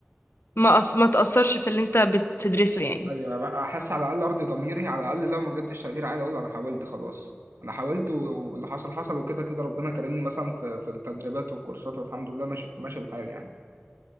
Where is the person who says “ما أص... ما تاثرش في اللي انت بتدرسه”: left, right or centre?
Left